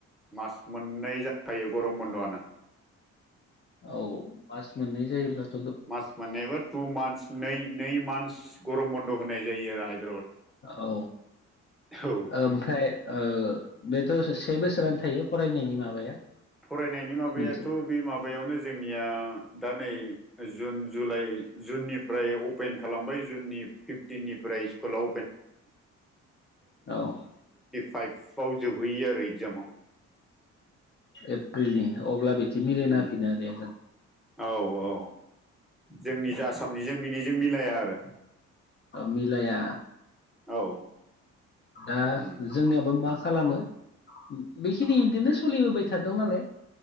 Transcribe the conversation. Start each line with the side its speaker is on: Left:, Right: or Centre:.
Centre: मास मोननै जाखायो गरम बन्द'आनो।
Left: औ मास मोनै जायोब्ला
Centre: मास मोनानेबा टु मान्स नै नै मान्स गरम बन्द' होनाय जायो आरोाय
Left: औ
Centre: औ
Left: ओमफ्राय बे ाथ' से बोसोरानो थायो फरायनायनि माबाया
Centre: फरायनायनि माबायाथ'
Left: मोनसे
Centre: बे माबायावनो जोंनिया दा नै जुन जुलाइ जुननिफ्राय अपेन खालामबाय जुननि फिफ कु
Left: औ
Centre: फाइभव जोबहैयो आरो एगजामाव
Left: एप्रिलनि अब्ला बिथि मिलायना
Centre: उम
Left: होफिनो आरो आ जों
Centre: औ औ जोंनि जाे आसामनिजों बिनिजों मिलाया आरो
Left: मिलाया
Centre: औ
Left: दा
Centre: उम
Left: जोंनियाबो मा खालामो बेखिनि बिदिनो सोलिबोबाय थादों नालाय